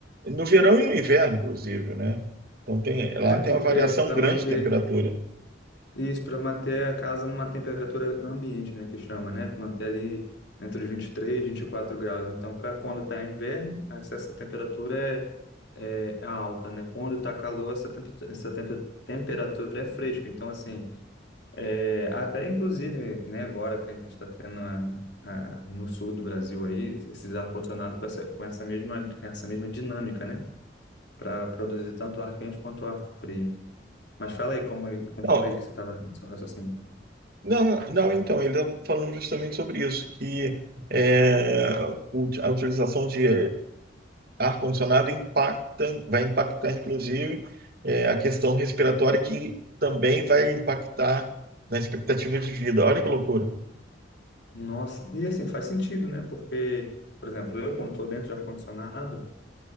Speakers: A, on the right (about 55°); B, on the left (about 65°).
A: No verão e no inverno, inclusive, né? Então tem, lá
B: É,
A: tem
B: porque
A: uma variação
B: para
A: grande
B: manter
A: de temperatura.
B: isso, para manter a casa numa temperatura ambiente, né, que chama, né? Manter ali entre os vinte e três, vinte e quatro graus. Então, para quando está inverno, essa essa temperatura é, é alta, né? Quando está calor, essa, temp essa temp temperatura é fresca. Então, assim, é, até inclusive, né, agora que a gente está tendo a, a, no sul do Brasil aí, esses ar-condicionado com essa, com essa mesma, essa mesma dinâmica, né? Para produzir tanto ar quente quanto ar frio. Mas fala aí como continua
A: Não,
B: aí que você estava no seu raciocínio.
A: não, não, então, ele estava falando justamente sobre isso, que é, o- a utilização de ar-condicionado impacta, vai impactar, inclusive, é, a questão respiratória, que também vai impactar na expectativa de vida. Olha que loucura.
B: Nossa, e assim faz sentido, né? Porque, por exemplo, eu quando estou dentro de ar-condicionado,